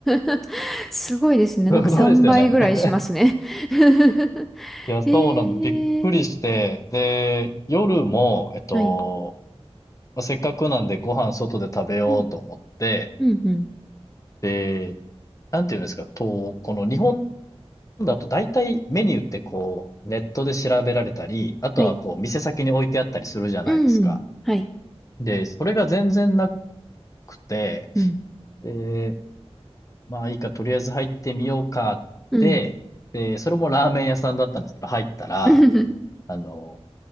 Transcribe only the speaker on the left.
<laughs> すごいですよね。
<laughs>
いや、そうなんで、
びっくりして、で、夜も、えっと、
まあ、せっかくなんでご飯外で食べようと思って、
で、なんていうんですか、と、この日本だと大体メニューってこう、ネットで調べられたり、あとはこう、
店先に置いてあったりするじゃないですか。
で、それが全然なくて、
で、まあいいか、とりあえず入ってみようかって、
で、それもラーメン屋さんだったんですけど、入ったら、
あの、